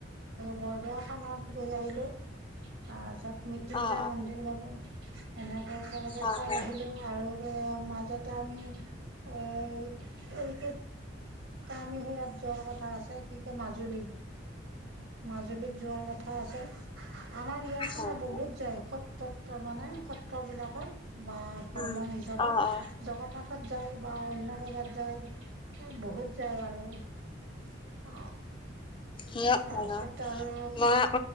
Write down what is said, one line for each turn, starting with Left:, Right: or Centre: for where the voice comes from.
Right: বৰদোৱা থানত গৈ আহিলোঁ তাৰপিছত মৃত্যুঞ্জয়
Left: অ অ
Right: মন্দিৰ গলো এনেকে একেলগে
Left: হয়
Right: চাই
Left: হয়
Right: আহিলো আৰু মাজত ত আমি অ আমি সে ইয়াত জৰ কথা আছে কি ক মাজুলী মাজুলীত যোৱাৰ কথা আছে আমাৰ ইয়াৰ পৰা
Left: অ হয় হয়
Right: বহুত যায় সত্ৰত তাৰ মানে সত্ৰবিলাকত বা ভ্ৰৰ্ম
Left: উম
Right: হিচাপত
Left: অ অ
Right: জগন্নাথ যায় বা অন্য ক'ৰবাত যায় অ বহুত য আৰু অ
Left: অ
Right: তাৰপিছত
Left: অ
Right: আৰু
Left: মই